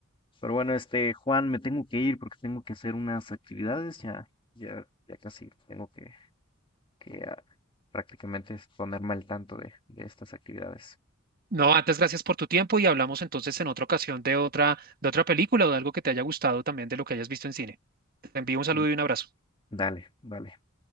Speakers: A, on the left; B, on the right.
A: Pero bueno, este, Juan, me tengo que ir porque tengo que hacer unas actividades, ya, ya, ya casi tengo que que ah, prácticamente es ponerme al tanto de, de estas actividades.
B: No, antes gracias por tu tiempo y hablamos entonces en otra ocasión de otra, de otra película o de algo que te haya gustado también de lo que hayas visto en cine. Te envío un saludo
A: Mm,
B: y un abrazo.
A: Dale, vale.